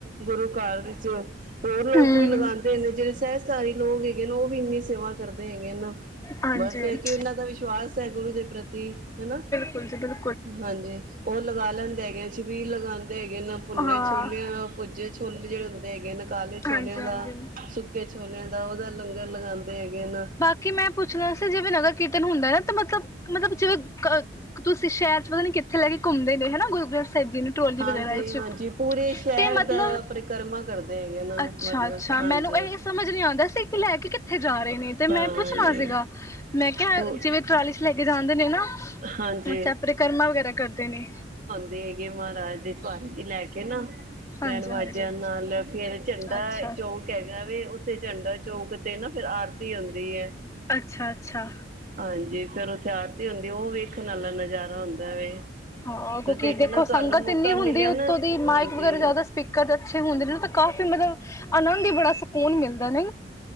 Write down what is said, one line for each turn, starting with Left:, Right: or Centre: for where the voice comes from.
Right: ਗੁਰੂ ਘਰ ਵਿੱਚ ਹੋਰ ਲੋਕ
Left: ਹੂੰ
Right: ਵੀ ਲਗਾਉਂਦੇ ਨੇ ਜਿਹੜੇ ਸਹਿਸਧਾਰੀ ਲੋਕ ਹੈਗੇ ਨੇ ਉਹ ਵੀ ਇੰਨੀ ਸੇਵਾ ਕਰਦੇ ਹੈਗੇ ਨਾ
Left: ਹਾਂਜੀ
Right: ਬਸ ਇਹ ਕਿ ਉਹਨਾਂ ਦਾ ਵਿਸ਼ਵਾਸ ਹੈ ਗੁਰੂ ਦੇ ਪ੍ਰਤੀ ਹੈ ਨਾ
Left: ਫੁੱਲ ਸੁੱਟਣਾ
Right: ਹਾਂਜੀ ਉਹ ਲਗਾ ਲੈਂਦੇ ਹੈਗੇ ਆ ਛਬੀਲ ਲਗਾਉਂਦੇ ਹੈਗੇ ਨਾ ਭੁੰਨੇ
Left: ਹਾਂ
Right: ਛੋਲੇਆਂ ਭੁੱਜੇ ਛੋਲੇ ਜਿਹੜੇ ਹੈਗੇ ਨੇ ਕਾਲੇ
Left: ਹਾਂਜੀ
Right: ਛੋਲਿਆਂ
Left: ਹਾਂਜੀ
Right: ਦਾ ਸੁੱਕੇ ਛੋਲਿਆਂ ਦਾ ਉਹਦਾ ਲੰਗਰ ਲਗਾਉਂਦੇ ਹੈਗੇ ਨ
Left: ਕਿ ਮੈਂ ਪੁੱਛਣਾ ਸੀ ਜਿਵੇਂ ਨਗਰ ਕੀਰਤਨ ਹੁੰਦਾ ਨਾ ਤਾਂ ਮਤਲਬ ਮਤਲਬ ਜਿਵੇਂ ਤੁਸੀਂ ਸ਼ਹਿਰ ਚ ਪਤਾ ਨੀ ਕਿੱਥੇ ਲੈ ਕੇ ਘੁੰਮਦੇ ਪਏ ਹਨਾ ਗੁਰੂ ਗ੍ਰੰਥ ਸਾਹਿਬ ਜੀ ਨੂੰ ਟਰੋਲੀ
Right: ਹਾਂਜੀ
Left: ਵਗੈਰਾ ਵਿੱਚ
Right: ਹਾਂਜੀ ਪੂਰੇ ਸ਼ਹਿਰ
Left: ਤੇ ਮਤਲਬ
Right: ਦਾ ਪਰਿਕਰਮਾ ਕਰਦੇ ਹੈਗੇ
Left: ਅੱਛਾ
Right: ਮਤਲਬ
Left: ਅੱਛਾ
Right: ਹਾਂਜੀ
Left: ਮੈਨੂੰ ਇਹ ਸਮਝ ਨੀ ਆਉਂਦਾ ਸੀ ਕਿ ਲੈ ਕੇ ਕਿੱਥੇ ਜਾ ਰਹੇ ਨੇ ਤੇ ਮੈਂ
Right: ਹਾਂ
Left: ਪੁੱਛਣਾ ਸੀਗਾ ਮੈਂ ਕਿਹਾ
Right: ਪ
Left: ਜਿਵੇਂ ਟਰਾਲੀ ਚ ਲੈ ਕੇ ਜਾਂਦੇ ਨੇ ਨਾ
Right: ਹਾਂਜੀ
Left: ਅੱਛਾ ਪਰਿਕਰਮਾ ਵਗੈਰਾ ਕਰਦੇ ਨੇ
Right: ਦੇ ਹੈਗੇ ਮਹਾਰਾਜ ਦੇ ਸਵਾਰੇ ਦੀ ਲੈ ਕੇ ਨਾ
Left: ਹਾਂਜੀ
Right: ਬੈਂਡ ਵਾਜਿਆਂ
Left: ਹਾਂਜੀ
Right: ਨਾਲ ਫੇਰ ਝੰਡਾ
Left: ਅੱਛਾ
Right: ਚੌਂਕ ਹੈਗਾ ਵ ਉੱਥੇ ਝੰਡਾ ਚੌਂਕ ਤੇ ਨਾ ਫਿਰ ਆਰਤੀ ਹੁੰਦੀ ਹੈ
Left: ਅੱਛਾ ਅੱਛਾ
Right: ਹਾਂਜੀ ਫੇਰ ਉਥੇ ਆਰਤੀ ਹੁੰਦੀ ਉਹ ਵੇਖਣ ਵਾਲਾ ਨਜ਼ਾਰਾ ਹੁੰਦਾ ਵੇ
Left: ਹਾਂ ਕਿਉਂਕਿ
Right: ਤੇ ਦੇਖਣਾ
Left: ਦੇਖੋ ਸੰਗਤ
Right: ਤੁਹਾਨੂੰ ਮੌਕਾ
Left: ਇੰਨੀ ਹੁੰਦੀ
Right: ਮਿਲਿਆ
Left: ਉੱਤੋਂ
Right: ਨਾ
Left: ਦੀ
Right: ਹਾਂਜੀ
Left: ਮਾਇਕ ਵਗੈਰਾ ਜ਼ਿਆਦਾ ਸਪੀਕ ਕਦੇ ਅੱਛੇ ਹੁੰਦੇ ਨੇ ਤੇ ਕਾਫੀ ਮਤਲਬ ਆਨੰਦ ਈ ਬੜਾ ਸਕੂਨ ਮਿਲਦਾ ਨਈ?